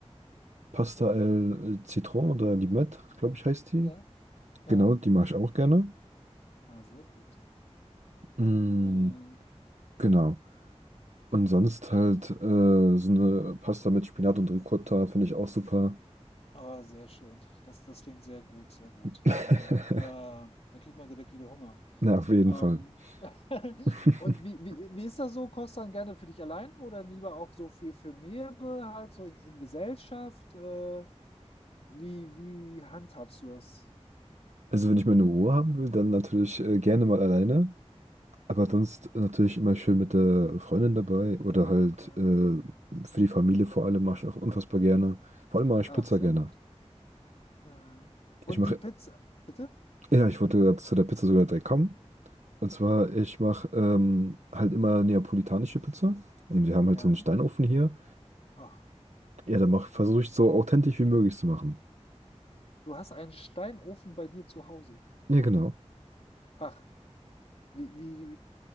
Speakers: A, on the right; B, on the left.
A: Pasta al äh, Citron oder Limette, glaube ich, heißt die.
B: ja, ja.
A: Genau, die mache ich auch gerne.
B: Ah, sehr gut.
A: Mm,
B: Ah, ja.
A: genau. Und sonst halt äh, so eine Pasta mit Spinat und Ricotta finde ich auch super.
B: Ah, sehr schön. Das, das klingt sehr gut, sehr gut.
A: <laughs>
B: Daher, äh, da kriegt man direkt wieder Hunger.
A: Na, auf jeden
B: Ähm,
A: Fall.
B: <laughs>
A: <laughs>
B: und wie, wie, wie ist das so? Kochst du dann gerne für dich allein oder lieber auch so für, für mehrere, halt so in, in Gesellschaft? Äh, wie, wie handhabst du das?
A: Also wenn ich meine Ruhe haben will, dann natürlich äh, gerne mal alleine. Aber sonst natürlich immer schön mit der Freundin dabei oder halt
B: Ja.
A: äh, für die Familie vor allem mache ich auch unfassbar gerne. Vor allem mache ich
B: Ach,
A: Pizza
B: sehr
A: gerne.
B: gut. Äh, und
A: Ich mache
B: die Pizza, bitte?
A: Ja, ich wollte gerade zu der Pizza sogar direkt kommen. Und zwar, ich mache ähm, halt immer neapolitanische Pizza. Und wir haben
B: Ja.
A: halt so einen Steinofen hier.
B: Ach,
A: Ja, da versuche ich so authentisch wie möglich zu machen.
B: du hast einen Steinofen bei dir zu Hause.
A: Ja, genau.
B: Ach, Wie, wie,